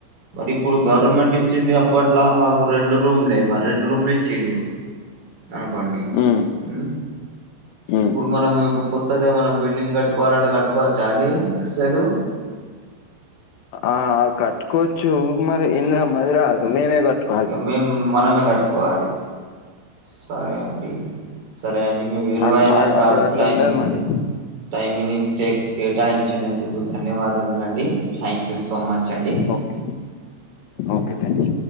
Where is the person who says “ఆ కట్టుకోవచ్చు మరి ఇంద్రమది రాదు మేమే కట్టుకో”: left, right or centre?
Left